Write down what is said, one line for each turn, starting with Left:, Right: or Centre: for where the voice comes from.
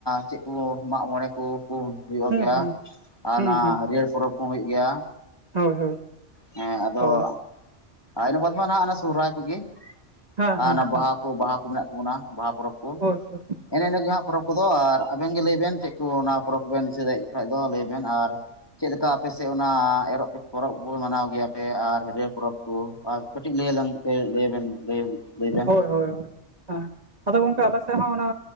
Left: ᱪᱮᱫ ᱠᱚ ᱢᱟᱜ ᱢᱚᱬᱮ ᱠᱚ ᱵᱚᱱ ᱦᱩᱭᱩᱜ
Right: ᱦᱩᱸ
Left: ᱜᱮᱭᱟ᱾
Right: ᱦᱩᱸ
Left: ᱟᱨ
Right: ᱦᱩᱸ
Left: ᱱᱚᱣᱟ
Right: ᱦᱩᱸ
Left: ᱦᱟᱹᱨᱭᱟᱹᱲ ᱯᱚᱨᱚᱵᱽ ᱠᱚᱦᱚᱸ ᱦᱩᱭᱩᱜ ᱜᱮᱭᱟ᱾
Right: ᱦᱳᱭ ᱦᱳᱭ᱾
Left: ᱦᱮᱸ, ᱟᱫᱚ
Right: ᱚ
Left: ᱤᱱᱟ ᱵᱟᱫ ᱢᱟ ᱱᱟᱜ ᱥᱚᱨᱦᱟᱭ ᱠᱚᱜᱮ
Right: ᱦᱮᱸ
Left: ᱟᱨ
Right: ᱦᱮᱸ
Left: ᱚᱱᱟ
Right: ᱦᱮᱸ
Left: ᱵᱟᱦᱟ ᱠᱚ ᱵᱟᱦᱟ ᱠᱚ ᱢᱮᱱᱟᱜ ᱛᱟᱵᱚᱱᱟ, ᱵᱟᱦᱟ ᱯᱚᱨᱚᱵᱽ ᱠᱚ᱾
Right: ᱦᱳᱭ ᱦᱳᱭ
Left: ᱮᱱᱮ ᱮᱱᱮ ᱜᱮ ᱦᱟᱸᱜ ᱯᱚᱨᱚᱵᱽ ᱠᱚᱫᱚ, ᱟᱨ ᱟᱵᱮᱱ ᱜᱮ ᱞᱟᱹᱭ ᱵᱮᱱ ᱪᱮᱫ ᱠᱚ ᱚᱱᱟ ᱯᱚᱨᱚᱵᱽ ᱵᱮᱱ ᱫᱤᱥᱟ ᱮᱫ ᱠᱷᱟᱡ ᱫᱚ ᱞᱟᱹᱭ ᱵᱮᱱ, ᱟᱨ ᱪᱮᱫ ᱞᱮᱠᱟ ᱟᱯᱮᱥᱮᱫ ᱚᱱᱟ ᱮᱨᱚᱜ ᱯᱚᱨᱚᱵ ᱵᱚᱱ ᱢᱟᱱᱟᱣ ᱜᱮᱭᱟ ᱯᱮ ᱟᱨ ᱦᱟᱹᱨᱭᱟᱹᱲ ᱯᱚᱨᱚᱵᱽ ᱠᱚ, ᱟᱨ ᱠᱟᱹᱴᱤᱡ ᱞᱟᱹᱭᱟ ᱞᱟᱝ ᱯᱮ ᱞᱟᱹᱭ ᱵᱮᱱ ᱞᱟᱹᱭ? ᱞᱟᱹᱭ ᱵᱮᱱ
Right: ᱦᱳᱭ ᱦᱳᱭ ᱦᱟᱸ᱾ ᱟᱫᱚ ᱜᱚᱝᱠᱮ ᱟᱞᱮ ᱥᱮᱫ ᱦᱚᱸ ᱚᱱᱟ